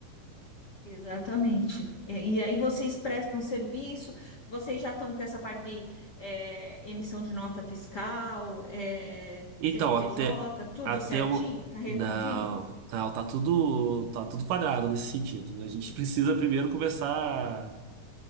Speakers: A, on the left; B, on the right.
A: exatamente. E, e aí vocês prestam serviço, vocês já estão com essa parte de é, emissão de nota fiscal, é,
B: Então,
A: CNPJ,
B: até
A: tudo
B: até
A: certinho?
B: o
A: Tá redondinho?
B: não, não, tá tudo tá tudo quadrado nesse sentido. né? A gente precisa primeiro começar